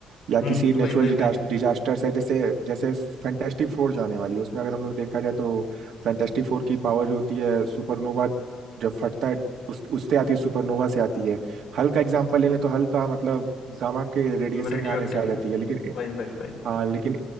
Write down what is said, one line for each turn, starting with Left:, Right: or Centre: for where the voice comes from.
Right: या
Left: हम्म
Right: किसी
Left: हम्म, हम्म,
Right: नेचुरल
Left: वही वही वही
Right: डिजास्टर है जैसे जैसे फैंटास्टिक फोर जो आने वाली है उसमें अगर हम लोग देखा जाए तो फैंटास्टिक फोर की पावर जो होती है सुपरनोवा जब फटता है उस उससे आती है सुपरनोवा से आती है हल्क का एग्जांपल ले लें तो हल्क का मतलब गामा के रेडिएशन
Left: Radio
Right: में आने
Left: active
Right: से आ जाती है लेकिन
Left: वही वही वही
Right: हाँ लेकिन